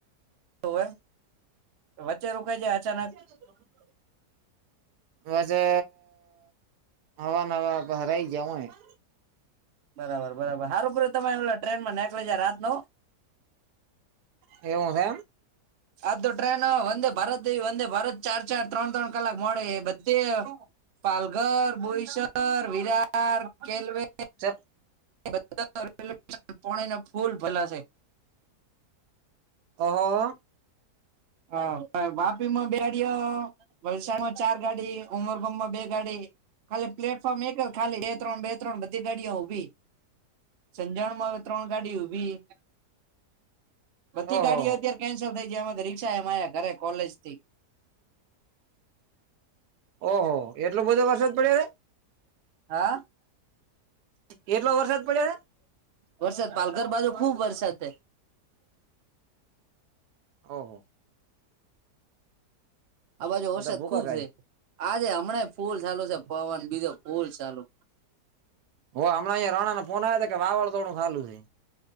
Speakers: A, on the right; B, on the right.
A: તો એમ વચ્ચે રોકાઈ જાય અચાનક
B: <inaudible> બસે હવા નવારા બહરાઈ ગયા હોય
A: બરાબર બરાબર હારું કયુઁ તમે એ ટ્રેન માં નેકળી જા રાત નો
B: એવું છે એમ
A: આદ તો ટ્ર્રેન વંદે ભારત વંદે ભારત ચાર ચાર ત્રણ ત્રણ કલાક મોડે બતે પાલઘર બોઈસર વિરાર કેલવે
B: ચ
A: <unintelligible> પોનેના ફૂલ ભરેલાશે
B: ઓ હો હો
A: હા અયા વાપીમાં બેહાડીયો વલસાડમાં ચાર ગાડી ઉમરગામમાં બે ગાડી ખાલી પ્લેટફોર્મ એક ખાલી બે ત્રણ બે ત્રણ બધી ગાડીઓ ઊભી. સંજાણમાં અવે ત્રણ ગાડી ઉભી. બધી
B: ઓહો
A: ગાડીઓ અત્યારે કેન્સલ થઇ જાય એમાં તો રિક્ષા એમાય ઘરે કોલેજથી
B: ઓહોહો એટલો બધો વરસાદ પડ્યો કે
A: હા
B: કેટલો વરસાદ પડ્યો હે?
A: વરસાદ પાલઘર બાજુ ખુબ વરસાદ થાય.
B: ઓહો.
A: આ બાજુ
B: તો
A: વરસાદ
B: તો ભૂકા
A: ખુબ
B: કાઢે
A: છે આજે હમણાં ફૂલ ચાલુ છે પવન બીજો ફૂલ ચાલુ.
B: ઓ હમણાં અહિયાં રણા ન ફોન આવ ત કે વાવળ દોડું ફાલું છે.